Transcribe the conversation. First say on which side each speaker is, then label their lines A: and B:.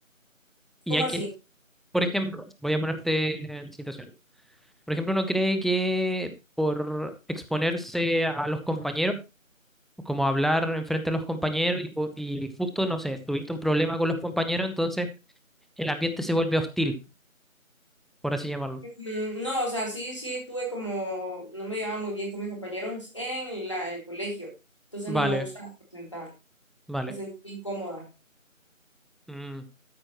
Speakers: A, in the centre; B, on the left.
A: Y
B: ¿Cómo
A: hay
B: así?
A: que, por ejemplo, voy a ponerte en situación. Por ejemplo, uno cree que por exponerse a los compañeros, o como hablar enfrente a los compañeros y, po- y justo, no sé, tuviste un problema con los compañeros, entonces el ambiente se vuelve hostil, por así llamarlo.
B: Mm, No, o sea, sí, sí tuve como, no me llevaba muy bien con mis compañeros en la, el colegio, entonces
A: Vale,
B: no me gustaba presentar,
A: vale.
B: me sentí incómoda.
A: Mm.